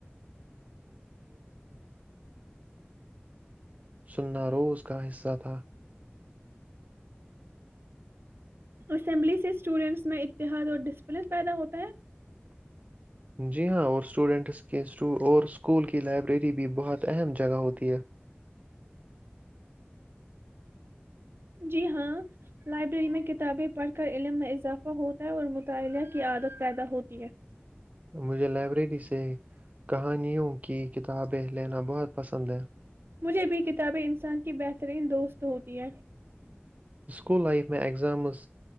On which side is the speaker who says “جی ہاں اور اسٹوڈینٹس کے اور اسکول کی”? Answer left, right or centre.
Right